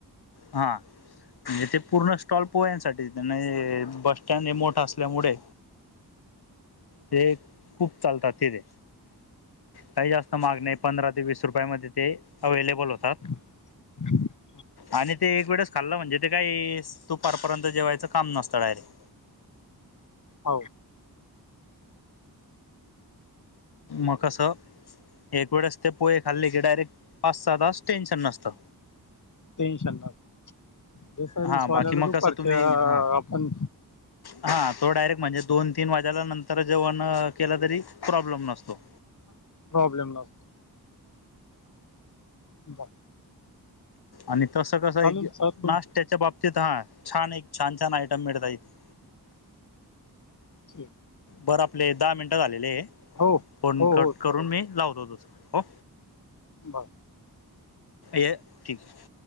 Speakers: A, on the left; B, on the left.
A: हा म्हणजे ते पूर्ण स्टॉल पोह्यांसाठी बस स्टँड हे मोठ असल्यामुळे ते खूप चालतात ते ते काही जास्त महाग नाही पंधरा ते वीस रुपया म ते अवेलेबल होतात
B: हम
A: आणि ते एक वेळेच खाल्लं म्हणजे ते काही दुपारपर्यंत जेवायचं काम नसतं डायरेक्ट
B: हो
A: मकस एकवेेळेस ते पो खाल्ली की डायरेक्ट पास जातच टेन्शन नसतं
B: टेन्शन नाही ज सर्विसवाल्याला
A: हा बाकी मग
B: दुपारच्या
A: कसं तुम्ही हा
B: आपण
A: हा तो डायरेक्ट म्हणजे दोन तीन वाज्याला नंतर जेवण केलं तरी प्रॉब्लेम नसतो
B: प्रॉब्लेम न ब
A: आणि तस कसं
B: चालेल
A: एक
B: सर तुमचे
A: नाश्त्याच्या बाबतीत हा छान एक छान छान आयटम मिळता येथे
B: हम
A: बरं आपले दहा मिनटं झालेले आहे
B: हो
A: पण कट
B: हो चालेल
A: करून मी लावतो तस ह
B: बर
A: अ ठीक